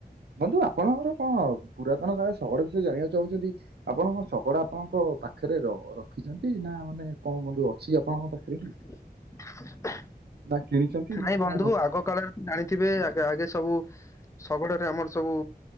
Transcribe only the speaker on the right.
ବନ୍ଧୁ ଆପଣଙ୍କର କଣ ପୁରାତନ କାଳ ଶଗଡ ବିଷୟ ଜାଣିବାକୁ ଚାହୁଁଛନ୍ତି। ଆପଣଙ୍କଣ ଶଗଡ ଆପଣଙ୍କ ପାଖରେ ରଖିଛନ୍ତି ନା ମାନେ କଣ ବନ୍ଧୁ ଅଛି ଆପଣଙ୍କ ପାଖରେ କି।
ନା କିଣିଛନ୍ତି। ନା
କଣ